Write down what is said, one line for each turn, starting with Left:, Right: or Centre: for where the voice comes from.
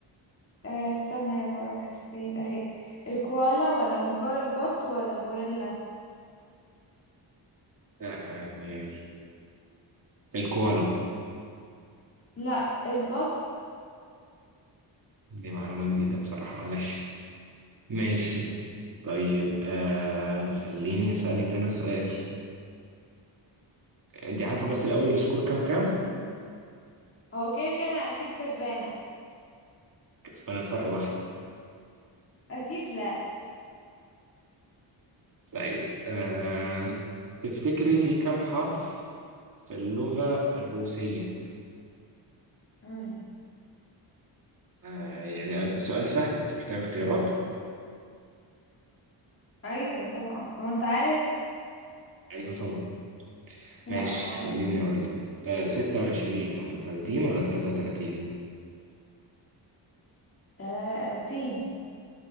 Left: آه، استنى يا راحت فين اهي الكوالا ولا منقار البط ولا الغوريلا
Right: آه، آه، الكوالا
Left: لا البط
Right: دي معلومة جديدة بصراحة معلش ماشي طيب آه خليني أسألك أنا سؤال أنت عارفة بس الأول السكور كام كام؟
Left: هو كده كده اكيد كسبانة
Right: كسبانة بفرق واحدة
Left: اكيد لا
Right: طيب آه تفتكري في كام حرف في اللغة الروسية؟
Left: مم.
Right: آه يعني ده سؤال سهل أنت محتاجة اختيارات؟
Left: ايوه طبعا هو انت عارف
Right: أيوه طبعا
Left: لا
Right: ماشي
Left: ما اعرف
Right: خليني أقول لك آه 26 ولا 30 ولا 33
Left: تلاتين